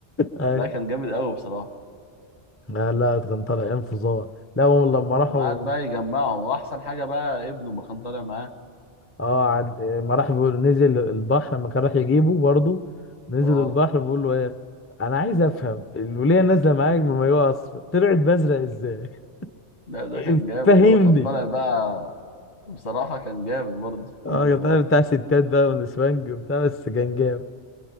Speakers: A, on the left; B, on the left.
A: اي
B: لا كان جامد قوي بصراحه
A: لا لا كان طالع انفجار لا هم لما راحوا
B: قعد بقى يجمعهم واحسن حاجه بقى ابنه ما كان طالع معاه
A: اه عد... ما راح بيقول نزل البحر لما كان راح يجيبه برضه نزل
B: اه
A: البحر بيقول له ايه انا عايز افهم الوليه نازله معاك بمايوه اصفر طلعت بازرق ازاي
B: ده ده
A: <laughs>
B: كان جامد
A: فهمني
B: هو كان طالع بقى بصراحه كان جامد برضه
A: اه
B: محمد
A: كان
B: امام
A: بتاع بتاع ستات بقى ونسوانج وبتاع بس كان جامد